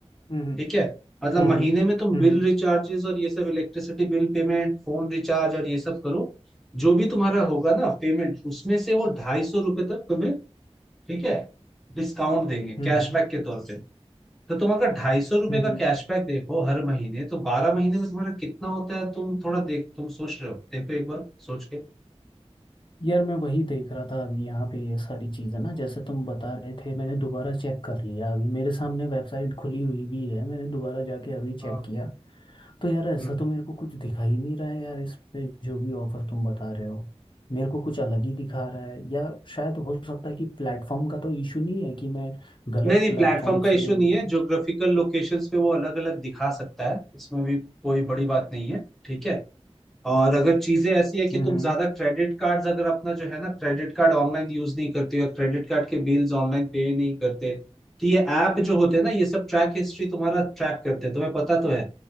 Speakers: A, on the left; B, in the centre.
A: हम्म
B: ठीक है मतलब
A: हम्म
B: महीने
A: हम्म
B: में तुम
A: हम्म
B: बिल
A: हम्म
B: रिचार्जेस और ये सब electricity bill payment phone recharge और ये सब करो जो भी तुम्हारा होगा ना पेमेंट उसमें से वो ढाई सौ रुपये तक तुम्हें ठीक है डिस्काउंट देंगे
A: हम्म
B: कैशबैक
A: हम्म,
B: के तौर पे तो तुम अगर ढाई सौ रुपये
A: हम्म।
B: का कैशबैक देखो हर महीने तो बारह महीने में तुम्हारा कितना होता है तुम थोड़ा देख तुम सोच रहे हो देखो एक बार सोच के
A: यार मैं वही देख रहा था अभी यहाँ पे ये सारी चीज़ें ना जैसे तुम बता रहे थे मैंने
B: हम्म,
A: दोबारा चेक कर लिया अभी मेरे सामने वेबसाइट
B: हम्म,
A: खुली हुई भी है मैंने दोबारा जाके अभी चेक
B: हाँ
A: किया तो यार ऐसा
B: हम्म।
A: तो मेरे को कुछ दिखा ही नहीं रहा है यार इस पे जो भी ऑफर तुम बता रहे हो मेरे को कुछ अलग ही दिखा रहा है या शायद हो सकता है कि प्लेटफॉर्म का तो इशू नहीं है कि मैं गलत
B: नहीं नहीं
A: प्लेटफॉर्म
B: प्लेटफॉर्म का
A: से
B: इशू
A: हम्म
B: नहीं है ज्योग्राफिकल लोकेशंस पे वो अलग अलग दिखा सकता है इसमें भी कोई बड़ी बात नहीं है ठीक है और अगर चीजें ऐसी है कि
A: हम्म,
B: तुम ज्यादा क्रेडिट कार्ड्स अगर अपना जो है ना क्रेडिट कार्ड ऑनलाइन यूज नहीं करते हो या क्रेडिट कार्ड के बिल्स ऑनलाइन पे नहीं करते तो ये ऐप जो होते हैं ना ये सब ट्रैक हिस्ट्री तुम्हारा ट्रैक करते हैं तुम्हें पता तो है